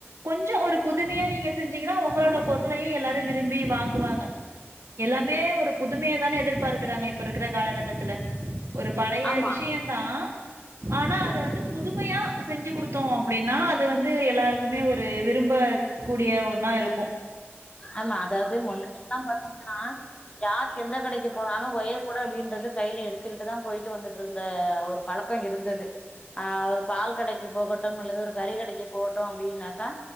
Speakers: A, on the right (about 80°); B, on the left (about 25°).
A: கொஞ்சம் ஒரு புதுமையா நீங்க சொ செஞ்சிங்கன்னா உங்களோடய பொருளையும் எல்லாரும் விரும்பி வாங்குவாங்க. எல்லாமே ஒரு புதுமை தானே எதிர்பார்க்கிறாங்க இப்ப இருக்கிற காலகட்டத்துல ஒரு பழைய
B: ஆமா
A: விஷயம தான் ஆனா அத வந்து புதுமையா செஞ்சு கொடுத்தோம் அப்படின்னா அது வந்து எல்லாருக் க்குமே ஒரு விரும்ப கூடிய ஒண்ணா இருக்கும்.
B: ஆமா அதாவது முன்ணாடியல்லாம் பாத்தீங்கன்னா யாரு எந்த கடைக்கு போனாலும் ஒயர்கூடை அப்படின்றது கையில எடுத்துக்கிட்டு தான் போயிட்டு வந்துட்டு இருந்த ஒரு பழக்கம் இருந்தது ஆ ஒரு பால் கடைக்கு போகட்டும் அல்லது ஒரு கறி கடைக்கு போகட்டும் அப்படின்னாக்கா